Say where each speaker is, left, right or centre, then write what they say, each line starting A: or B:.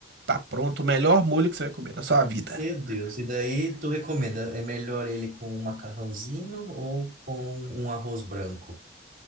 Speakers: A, on the right; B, on the right.
A: tá pronto o melhor molho que você vai comer na sua vida.
B: Meu Deus, e daí tu recomenda, é melhor ele com um macarrãozinho ou com um arroz branco?